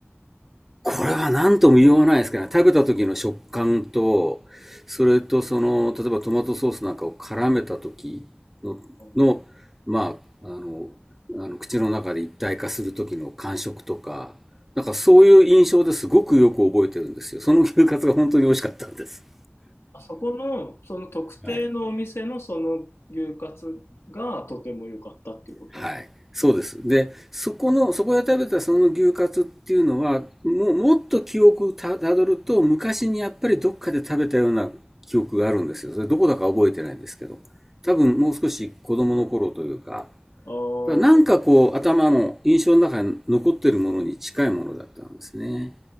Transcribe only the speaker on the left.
うん
あそこの、その特定のお店のその牛カツがとても良かったっていうことなんです。
あー